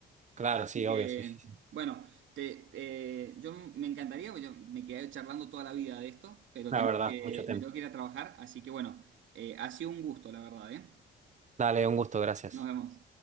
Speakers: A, on the right; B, on the right.
A: Claro,
B: Así
A: sí,
B: que,
A: obvio, sí, sí, sí.
B: bueno, te, eh, yo me encantaría, porque yo me quedé charlando toda la vida de esto, pero
A: La
B: tengo
A: verdad,
B: que,
A: mucho tiempo.
B: me tengo que ir a trabajar, así que bueno, eh, ha sido un gusto, la verdad, ¿eh?
A: Dale, un gusto, gracias.
B: Nos vemos.